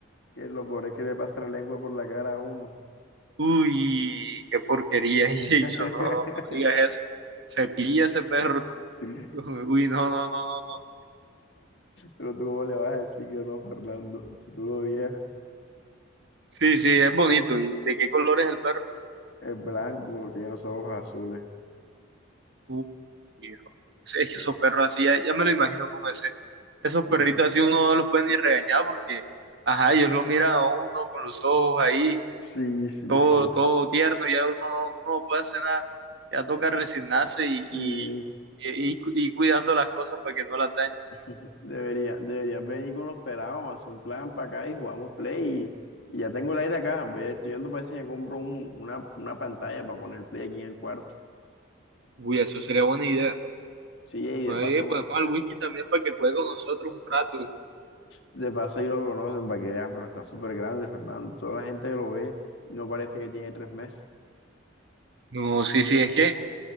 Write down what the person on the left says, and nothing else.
Que lo pobre es que le pasa la lengua por la cara a uno.
<laughs>
<laughs>
Pero tú cómo le vas a decir que no, Fernando, si tú lo vieras,
es blanco, tiene los ojos azules.
Sí,
sí,
sí, sí,
sí. Sí,
Sí,
<laughs> debería, deberían venir con los pelados, hacer un plan para acá y jugamos play. Y, y ya tengo el aire acá, voy, estoy yendo para ver si me compro un- una, una pantalla para poner play aquí en el cuarto.
Sí, y
de paso
con,
De paso ahí lo conocen para que vean, pero está súper grande, Fernando. Toda la gente lo ve y no parece que tiene tres meses.